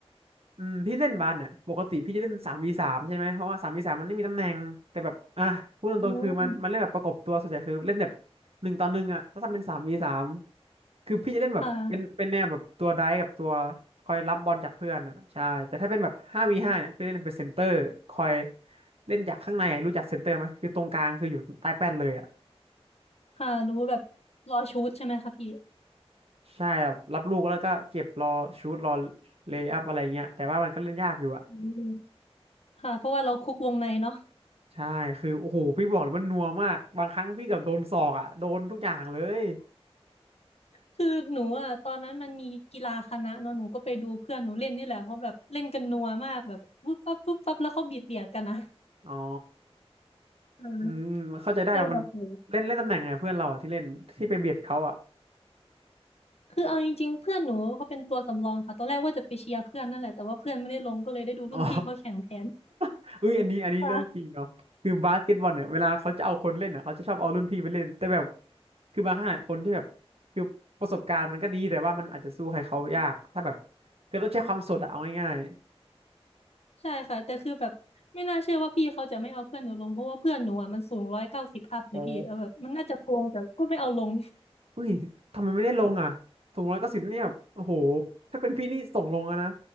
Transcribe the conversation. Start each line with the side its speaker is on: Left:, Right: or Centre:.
Right: อืมพี่เล่นบาสเนี่ยปกติพี่จะเล่นสามวีสามใช่ไหมเพราะว่าสามวีสามมันไม่มีตำแหน่งแต่แบบอ่ะพูดตรงๆคือมันมันเล่นแบบประกบตัวส่วนใหญ่คือเล่นแบบ
Left: อืม
Right: หนึ่งต่อหนึ่งอ่ะถ้าทำเป็นสามวีสามคือพี่จะเล่นแบบเป็นเป็นแนวแบบตัวไดฟ์กับตัว
Left: ค่ะ
Right: คอยรับบอลจากเพื่อนอ่ะใช่แต่ถ้าเป็นแบบห้าวีห้าเนี่ยพี่เล่นเป็นเซนเตอร์คอยเล่นจากข้างในอะรู้จักเซนเตอร์ไหมคือตรงกลางคืออยู่ใต้แป้นเลยอ่ะ
Left: ค่ะรู้แบบรอชูตใช่ไหมคะพี่
Right: ใช่ครับรับลูกแล้วก็เก็บรอชูตรอเลย์อัพอะไรเงี้ยแต่ว่ามันก็เล่นยากอยู่อะ
Left: อืมค่ะเพราะว่าเราคุกวงในเนาะ
Right: ใช่คือโอ้โหพี่บอกเลยมันนัวมากบางครั้งพี่เกับโดนศอกอ่ะโดนทุกอย่างเลย
Left: คือหนูอ่ะตอนนั้นมันมีกีฬาคณะเนาะหนูก็ไปดูเพื่อนหนูเล่นนี่แหละเขาแบบเล่นกันนัวมากแบบปุ๊บปั๊บปุ๊บปั๊บแล้วเขาเบียดเบียดกันนะ
Right: อ๋อ
Left: อ่า
Right: อืมอืมเข้าใจได้ว่ามัน
Left: เอ้ยแบบโห
Right: เล่นเล่นตำแหน่งไงเพื่อนเราอ่ะที่เล่นที่ไปเบียดเขาอ่ะ
Left: คือเอาจริงๆเพื่อนหนูเขาเป็นตัวสำรองค่ะตอนแรกว่าจะไปเชียร์เพื่อนนั่นแหละแต่ว่าเพื่อนไม่ได้ลงก็เลยได้ดูรุ่นพี่เขาแข่งแทน
Right: อ๋อ <laughs> อุ้ยอันนี้อันนี้เรื่องจริงเนาะคือบาสเกตบอลเนี่ยเวลาเขาจะเอาคนเล่นอ่ะเขาจะชอบเอารุ่นพี่ไปเล่นแต่แบบ
Left: ค่ะ
Right: คือบางครั้งอะคนที่แบบคือประสบการณ์มันก็ดีแต่ว่ามันอาจจะสู้ใครเขายากถ้าแบบคือต้องใช้ความสดอะเอาง่าย
Left: ใช่ค่ะแต่คือแบบไม่น่าเชื่อว่าพี่เขาจะไม่เอาเพื่อนหนูลงเพราะว่าเพื่อนหนูอ่ะมันสูงร้อยเก้าสิบอัพเลยพี่เออแบบมันน่าจะโกงแต่ก็ไม่เอาลง
Right: ๆโอ้ อุ้ยทำไมไม่ได้ลงอ่ะสูงร้อยเก้าสิบเนี่ยโอ้โหถ้าเป็นพี่นี่ส่งลงอะนะ